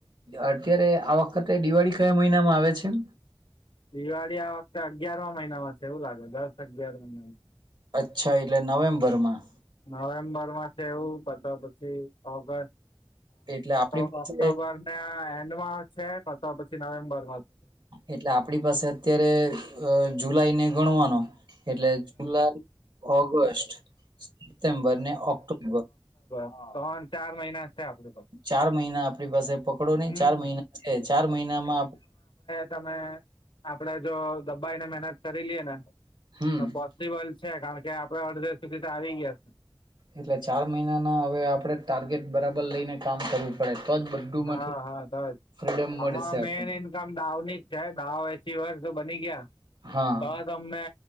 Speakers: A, on the right; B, on the left.
A: અત્યારે આ વખતે દિવાળી કયા મહિનામાં આવે છે?
B: દિવાળી આ વખતે અગયાર મહિનામાં છે, એવું લાગે દસ અગિયાર મહિનામાં
A: અચ્છા એટલે નવેમ્બર માં
B: નવેમ્બર માં છે એવું બધો પછી ઓગસ્ટ
A: એટલે આપણી
B: ઓ
A: પાસે
B: ઓક્ટોબર ના એન્ડ માં છે, કાતો પછી નવેમ્બર
A: એટલે આપણી પાસે અત્યારે જુલાઈ ને ગણવાનો એટલે જુલાઈ, ઓગસ્ટ સપ્ટેમ્બર ને ઓક્ટોબર
B: તન ચાર મહિના છે આપડે પાસે.
A: ચાર મહિના આપણી પાસે પકડો નહી,
B: હમ
A: ચાર મહિના છે ચાર મહિનામાં
B: તમે આપડે જો દબ્બાઈ ને મે મનત કરી લઈએ ને,
A: હમ
B: તો પોસિબલ છે કારણ કે આપડે અડધે સુધી તો આવી ગયા છે.
A: એટલે ચાર મહિના ના હવે આપડે ટાર્ગેટ બરાબર લઈને કામ કરવું પડે. તો જ બધું
B: હા
A: માંથી
B: હા તો જ
A: ફ્રીડમ મળશે
B: આમાં
A: આપણને
B: મેન ઈન્કમ દાવની જ છે દાવ પી વર્ષ તો બની ગયા
A: હા
B: તો તમને